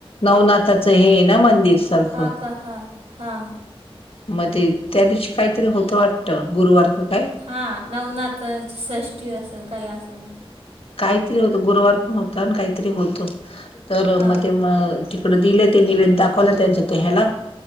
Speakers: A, on the left (about 70°); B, on the right (about 80°).
A: नवनाथाचं हे ना मंदिर. सारखं
B: हा का? हा, हा.
A: मग ते त्या दिवशी काहीतरी होतं वाटतं. गुरुवारच काय-
B: हा नवनाथाची सषष्टी असेल, काही असेल म-
A: काहीतरी होत, गुरुवार पण होता, आणि काहीतरी होत. तर
B: हा
A: म ते म- परत इले ते निवेद दाखवलं त्यांच्या ते ह्याला-